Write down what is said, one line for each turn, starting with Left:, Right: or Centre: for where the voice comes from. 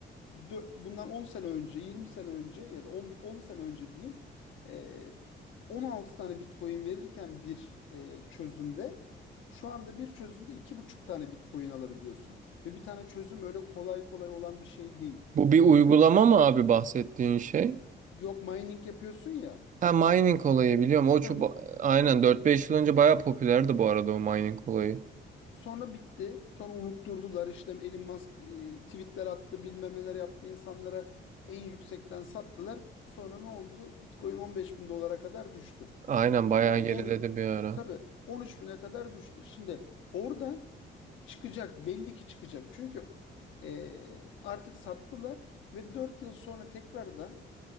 Left: dö- bundan 10 sene önce, 20 sene önce ya da on 10 sene önce diyeyim e, 16 tane Bitcoin verirken bir e, çözümde şu anda bir çözümde iki buçuk tane Bitcoin alabiliyorsun. Ve bir tane çözüm öyle kolay kolay olan bir şey değil.
Right: Bu bir
Left: O
Right: uygulama
Left: yüzden
Right: mı abi bahsettiğin şey?
Left: Yok mining yapıyorsun ya.
Right: Ha mining olayı biliyorum. O çok
Left: Tam
Right: aynen dört beş yıl önce bayağı popülerdi bu arada o mining olayı.
Left: sonra bitti. Sonra unutturdular işte Elon Musk e, tweetler attı bilmem neler yaptı insanlara en yüksekten sattılar. Sonra ne oldu? Bitcoin 15 bin dolara kadar düştü.
Right: Aynen bayağı
Left: 10,
Right: geriledi
Left: 10,
Right: bir ara.
Left: tabii 13 bine kadar düştü. Şimdi oradan çıkacak belli ki çıkacak. Çünkü e, artık sattılar ve 4 yıl sonra tekrardan